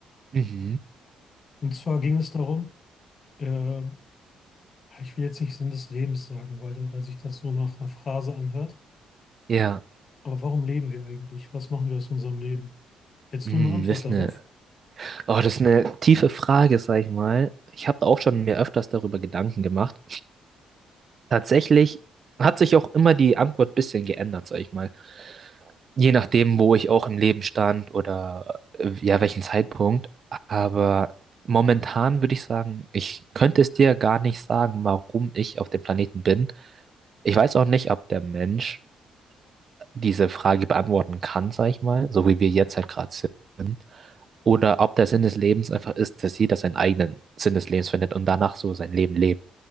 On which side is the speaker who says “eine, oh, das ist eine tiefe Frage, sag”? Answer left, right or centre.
Right